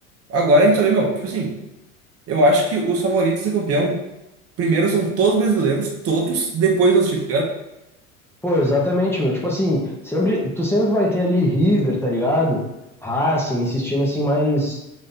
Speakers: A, on the right (about 35°); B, in the centre.
A: Agora a gente só vê, meu, tipo assim, eu acho que os favoritos a ser campeão, primeiro são todos brasileiros, todos, depois dos times,
B: Pô, exatamente, meu. Tipo assim, sempre, tu sempre vai ter ali River, tá ligado? Racing, esses times assim mais